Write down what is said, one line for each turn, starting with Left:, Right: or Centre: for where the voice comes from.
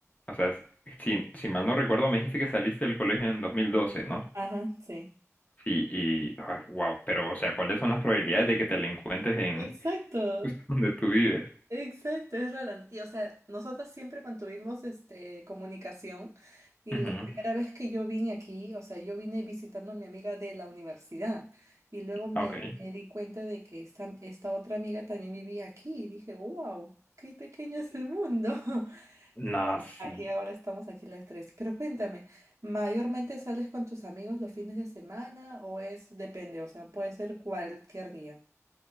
Left: o sea, si, si mal no recuerdo, me dijiste que saliste del colegio en 2012, ¿no?
Right: Ajá, sí.
Left: Sí, y, wow, pero, o sea, ¿cuáles son las probabilidades de que te la encuentres en
Right: Exacto.
Left: <laughs> justo donde tú vives?
Right: Exacto, es rara. ¿no? Y o sea, nosotras siempre mantuvimos este, comunicación y
Left: Ujú,
Right: la primera vez que yo vine aquí, o sea, yo vine visitando a mi amiga de la universidad y luego me,
Left: ah, Ok.
Right: me di cuenta de que esta, esta otra amiga también vivía aquí y dije, wow, qué pequeño es el mundo. <laughs>
Left: Nada,
Right: Y bueno,
Left: sí.
Right: aquí ahora estamos aquí las tres. Pero cuéntame, ¿mayormente sales con tus amigos los fines de semana o es, depende, o sea, puede ser cualquier día?